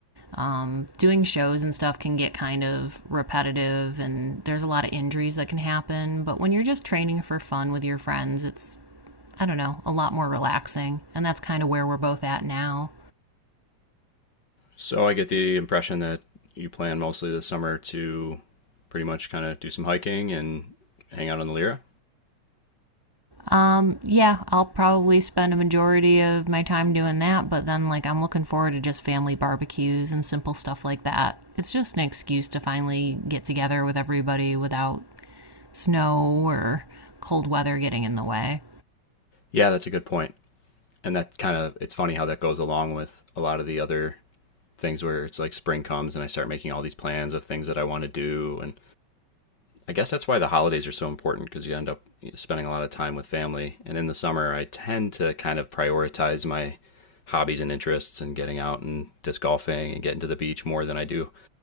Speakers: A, on the right; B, on the left.
A: um, doing shows and stuff can get kind of repetitive and there's a lot of injuries that can happen. But when you're just training for fun with your friends, it's, I don't know, a lot more relaxing. And that's kind of where we're both at now.
B: So, I get the impression that you plan mostly this summer to pretty much kind of do some hiking and hang out on the Lyra.
A: Um, yeah, I'll probably spend a majority of my time doing that. But then, like, I'm looking forward to just family barbecues and simple stuff like that. It's just an excuse to finally get together with everybody without snow or cold weather getting in the way.
B: Yeah, that's a good point. And that kind of, it's funny how that goes along with a lot of the other things where it's like spring comes and I start making all these plans of things that I want to do and I guess that's why the holidays are so important because you end up spending a lot of time with family. And in the summer, I tend to kind of prioritize my hobbies and interests and getting out and disc golfing and getting to the beach more than I do